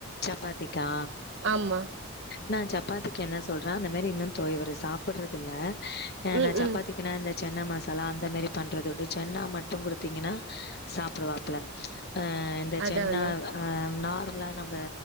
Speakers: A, on the left; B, on the right.
A: சப்பாத்திகா
B: ஆமா
A: நா சப்பாத்திக்கு என்ன சொல்றே அந்த மாரி இன்னு தோ இவரு சாப்புட்றதுல்ல ஆ
B: ம்
A: நா சப்பாத்தி
B: ம்
A: குனா இந்த சன்னா மசாலா அந்த மாரி பண்ணுறது உண்டு சென்னா மட்டு குடுத்தீங்கன்னா சாப்புடுவாப்புல அ இந்த
B: அதா
A: சன்னா
B: அதா
A: ஆ நார்மலா நம்ப